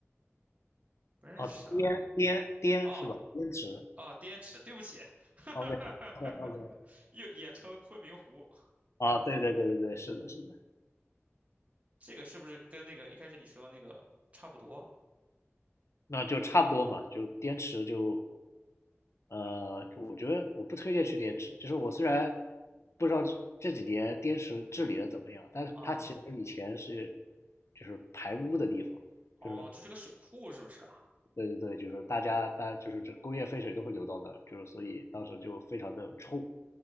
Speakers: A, on the right (about 30°); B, on the left (about 70°).
A: 不认识啊。
B: 哦，滇滇滇是吧？
A: 哦
B: 滇池
A: 哦，滇池，对不起，<laughs>
B: ，OK，OK，OK。
A: 又也称昆明湖。
B: 啊，对对对对对，是的，是的，
A: 这个是不是跟那个一开始你说那个差不多
B: 那就差不多嘛，就滇池就呃，我觉得我不推荐去滇池，就是我虽然不知道这这几年滇池治理的怎么样，但是它其实以前是
A: 啊？
B: 就是排污的地方，
A: 哦，
B: 就是
A: 这是个水库是不是啊？
B: 对对对，就是大家大就是这工业废水都会流到那儿，就是所以当时就非常的臭，